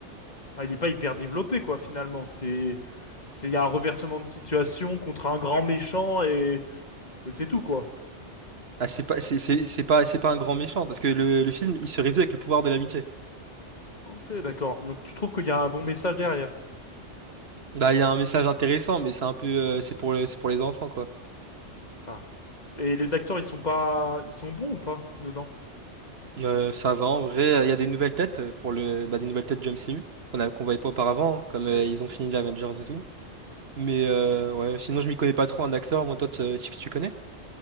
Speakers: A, on the left; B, on the right.
A: ah, il est pas hyper développé, quoi, finalement. C'est, c'est, il y a un reversement de situation contre un grand méchant et, et c'est tout, quoi.
B: Ah, c'est pas, c'est c'est- c'est pas, c'est pas un grand méchant, parce que le, le film, il se résout avec le pouvoir de l'amitié.
A: Ok, d'accord. Donc, tu trouves qu'il y a un bon message derrière?
B: Bah, il y a un message intéressant, mais c'est un peu, euh, c'est pour, le- c'est pour les enfants, quoi.
A: Ah. Et les acteurs, ils sont pas, ils sont bons ou pas dedans?
B: Euh, ça va en vrai. Il y a des nouvelles têtes euh, pour le, bah, des nouvelles têtes du MCU qu'on a, qu'on voyait pas auparavant, hein, comme
A: Ok.
B: euh, ils ont fini l'Avengers et tout. Mais euh, ouais, sinon je m'y connais pas trop en acteur. Moi, toi, tu, tu tu connais?